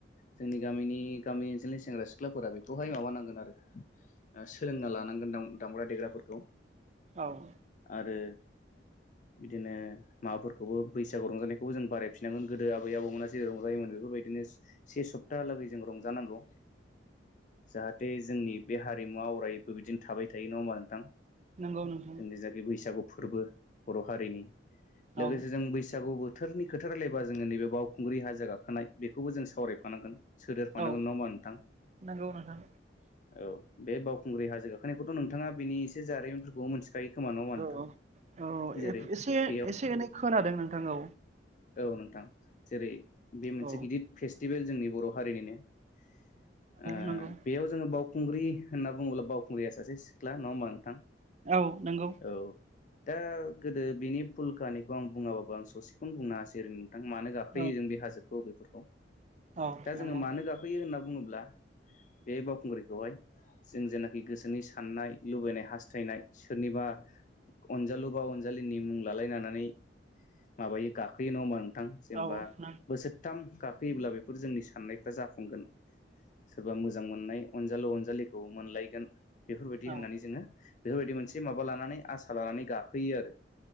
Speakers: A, on the left; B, on the right.
A: जोंनि गामिनि गामि ओनसोलनि सेंग्रा सिख्लाफोरा बेखौहाय माबानांगोन आरो ओ सोलोंना लानांगोन नोंथां दामग्रा देग्राफोरखौ
B: औ
A: आरो बिदिनो माबाफोरखौबो बैसागु रंजानायखौबो जों बारायफिनांगोन गोदो आबै आबौमोना जेै रंजायोमोन बेफोर बेबायदिनो से सप्तालागै जों रंजानांगौ जाहाथे जोंनि बे हारिमुवा अराय बो बिदिनो थाबाय थायो नङा होमबा नोंथां
B: नंगौ नोंथां
A: जोंनि जाखै बैसागु फोरबो बर हारिनि लोगोसे
B: औ
A: जों बैसागु बोथोरनि खोथा रलायबा जोंङो नैबे बावखुंग्रि हाजो गाखोनाय बेखौबो जों सावरायफानांगोन सोदेरफानांगोन
B: औ
A: नङा होमबा नोंथां
B: नंगौ नोंथां
A: औ बे बावखुंग्रि हाजो गाखोनायखौथ नोंथाङा बेनि एसे जारिमिनफोरखौ मोनन्थि खायो खोमा नङाओमबा नोंथां
B: औ औ
A: जेरै
B: एसे
A: बेयाव
B: एसे एनै खोनादों नोंथां औ
A: औ नोंथां जेरै बे मोनसे
B: औ
A: गिदिद फेस्टिभेल जोंनि बर हारिनिनो ओ
B: नंगौ
A: बेयाव जोंङो बावखुंग्रि होनना बुंङोब्ला बावखुंग्रिया सासे सिख्ला नङा होमबा नोंथां
B: औ नोंगौ
A: औ दा गोदो बिनि फुल कानिखौ आं बुंङाबाबो आं ससेखौनो बुंनो होसै ओरै मानो गाखोयो
B: औ
A: जों बे हाजोखौ बेफोरखौ
B: औ
A: दा
B: नंगौ
A: जोंङो मानो गाखोयो होनना बुङोब्ला बे बावखुंग्रिखौहाय जों जेनाखि गोसोनि साननाय लुबैनाय हास्थायनाय सोरनिबा अनजालु बा अनजालिनि मुं लालायनानै माबायो गाखोयो नङा होमबा नोंथां जेनेबा
B: औ नों
A: बोसोरथाम गाखोयोब्ला बेफोर जोंनि साननायफ्रा जाफुंगोन सोरबा मोजां मोननाय अनजालु अनजालिखौ मोनलायगोन बेफोरबायदि होननानै
B: औ
A: जोङो बेफोरबायदि मोनसे माबा लानानै आसा लानानै गाखोयो आरो